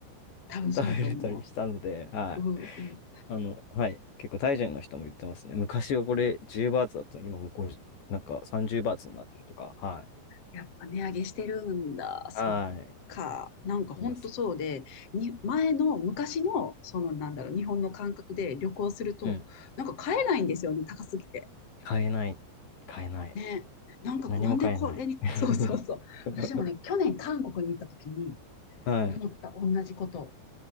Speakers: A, on the left; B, on the left.
A: 多分そうやと思
B: 食べれたりしたので、はい。
A: う。うん、うん。
B: あの、はい。結構、タイ人の人も言ってますね。昔はこれ10バーツだったのに、今もうこう、なんか30バーツになってるとか、はい。
A: やっぱ値上げしてるんだ。そっ
B: はい。
A: か。なんかほんとそうで、
B: あります。
A: に、前の昔の、そのなんだろう、日本の感覚で旅行すると、
B: うん。
A: なんか買えないんですよね、高すぎて。
B: 買えない。買えない。
A: ね。なんか、
B: 何も買えない。
A: なんでこれに、
B: <laughs>
A: そうそうそう。私もね、去年韓国に行った時に
B: はい。
A: 思った同じこと。